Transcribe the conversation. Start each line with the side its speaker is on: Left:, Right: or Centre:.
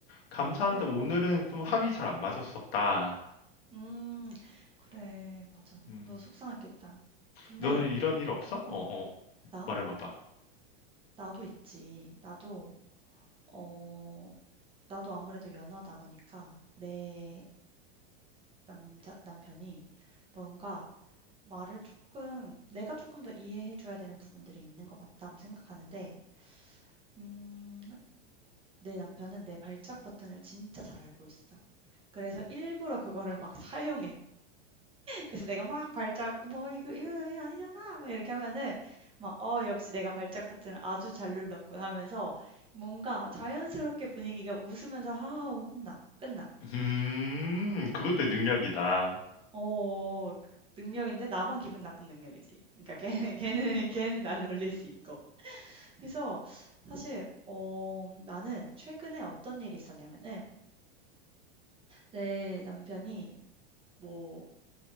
Left: 감사한데
Right: 그래.
Left: 오늘은 좀 합이 잘 안 맞았었다.
Right: 음, 그래. 맞아.
Left: 음.
Right: 너 속상했겠다. 근데,
Left: 너는 이런 일 없어?
Right: 어,
Left: 어, 어.
Right: 나?
Left: 말해봐봐.
Right: 나도 있지. 나도, 어, 나도 아무래도 연하다 보니까 내 남자 남편이 뭔가 말을 조금 내가 조금 더 이해해 줘야 되는 부분들이 있는 것 같다고 생각하는데 음 내 남편은 내 발작 버튼을 진짜 잘 알고 있어. 그래서 일부러 그거를 막 <laughs> 사용해. 그래서 내가 막 발작 "뭐 이거 이거 아니잖아." 막 이렇게 하면은 막 '어 역시 내가 발작 버튼을 아주 잘 눌렀군.' 하면서 뭔가 자연스럽게 분위기가 웃으면서 하하 혼나. 끝나.
Left: 음, 그것도
Right: 응.
Left: 능력이다.
Right: 어. 어 그 능력인데 나만 기분 나쁜 능력이지. 그러니까 걔는 <laughs> 걔는 걔는 날 놀릴 수 있고. 그래서 사실 어 나는 최근에 어떤 일이 있었냐면은 내 남편이 뭐